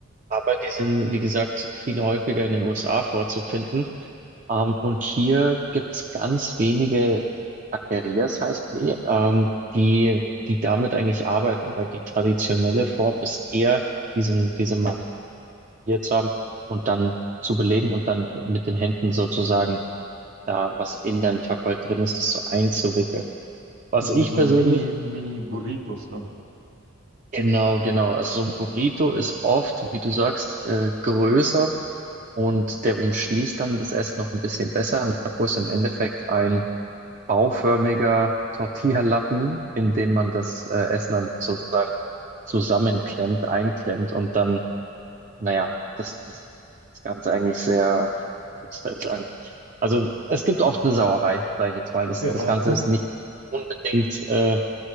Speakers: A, on the right; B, on the right.
A: aber die sind, wie gesagt, viel häufiger in den USA vorzufinden. Ähm, und hier gibt's ganz wenige Taquerias, heißen die, ähm, die, die damit eigentlich arbeiten, weil die traditionelle Form ist eher, diesen, diese Marie zu haben und dann zu belegen und dann mit den Händen sozusagen da was in deinem Tacos drin ist, das so einzuwickeln. Was
B: Also
A: ich
B: wie so
A: persönlich,
B: Mini, Mini Burritos dann.
A: genau, genau, also so ein Burrito ist oft, wie du sagst, äh, größer und der umschließt dann das Essen noch ein bisschen besser. Ein Taco ist im Endeffekt ein bauförmiger Tortilla-Lappen, in dem man das äh, Essen dann sozusagen zusammenklemmt, einklemmt und dann naja, das, das, das Ganze eigentlich sehr, <laughs> wie soll ich sagen, also es gibt oft eine Sauerei, sage ich jetzt mal. Das,
B: Ja.
A: das Ganze ist nicht unbedingt, äh,